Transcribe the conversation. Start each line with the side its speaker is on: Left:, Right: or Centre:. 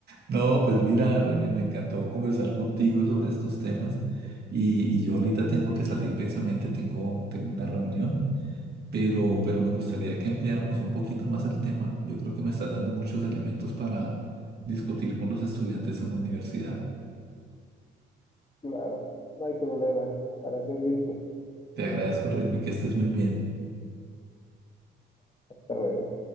Right: No,
Left: No,
Right: pues mira, Remy, me encantó conversar contigo sobre estos temas y, y yo ahorita tengo que salir precisamente, tengo, tengo una reunión, pero, pero me gustaría que ampliáramos un poquito más el tema. Yo creo que me estás dando muchos elementos para discutir con los estudiantes en la universidad.
Left: claro, no hay problema para servirte.
Right: Te agradezco, Remy, que estés muy bien.
Left: Hasta luego.